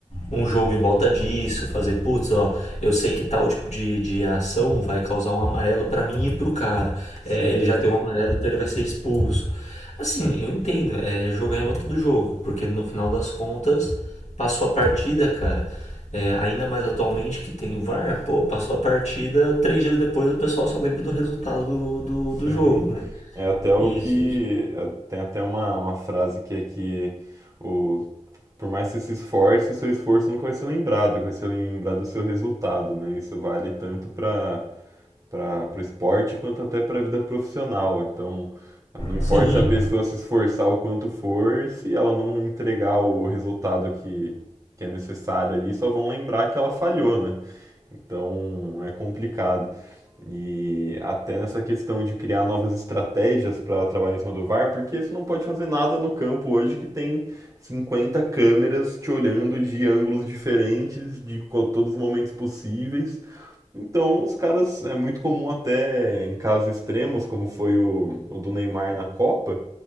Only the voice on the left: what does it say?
um jogo em volta disso. Fazer, putz, ó, eu sei que tal tipo de, de ação vai causar um amarelo pra mim e pro cara.
É, ele já tem um amarelo, então ele vai ser expulso. Assim, eu entendo, é jogar em volta do jogo, porque no final das contas. Passou a partida, cara. É, ainda mais atualmente que tem o VAR, pô, passou a partida, três dias depois o pessoal só lembra do resultado do, do,
do jogo, né?
Isso.
Sim.